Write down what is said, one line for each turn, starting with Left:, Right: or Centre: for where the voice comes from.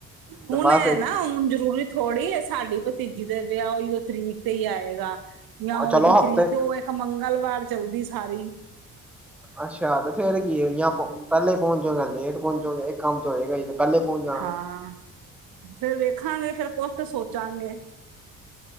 Centre: ਤੇ
Right: ਹੁਣ
Centre: ਬਸ
Right: ਹੈ ਨਾ ਹੁਣ ਜ਼ਰੂਰੀ ਥੋੜੀ ਐ, ਸਾਡੀ ਭਤੀਜੀ ਦੇ ਵਿਆਹ ਉਹੀ ਤਰੀਕ ਤੇ ਹੀ ਆਏਗਾ, ਜਾਂ ਉਹੀ
Centre: ਚਲੋ ਹਫ਼ਤੇ
Right: ਤਰੀਕ ਉਹ ਇਕ ਮੰਗਲਵਾਰ ਚੱਲਦੀ ਸਾਰੀ
Centre: ਅੱਛਾ, ਤੇ ਫਿਰ ਕੀ, ਜਾਂ ਪਹਿਲੇ ਹੀ ਪਹੁੰਚੋਗੇ ਜਾਂ ਲੇਟ ਪਹੁੰਚੋਗੇ, ਇਕ ਕੰਮ ਤੇ ਹੋਏਗਾ ਹੀ ਪਹਿਲੇ ਪਹੁੰਚ ਜਾਣਾ
Right: ਹਾਂ, ਫਿਰ ਵੇਖਾਂਗੇ ਫੇਰ ਕੁਛ ਤੇ ਸੋਚਾਂਗੇ।